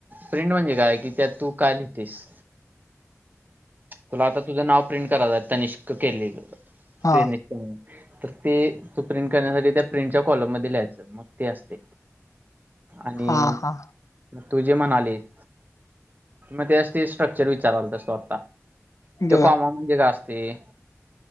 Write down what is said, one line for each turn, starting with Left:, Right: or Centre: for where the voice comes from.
Right: प्रिंट म्हणजे काय, की त्यात तू काय लिहितेस. तुला आता तुझं नाव प्रिंट करायच हाय, तनिष्क केलेल.
Left: हा
Right: ते नाही हम्. ते तू प्रिंट करण्यासाठी त्या प्रिंटच्या कॉलम मध्ये लिहायचं मग ते असतय. आणि
Left: हा हा
Right: म तू जे म्हणालीस, मग ते अस ते स्ट्रक्चर विचारालतास तू आता. त्यो
Left: बर
Right: कॉमा म्हणजे काय असतय,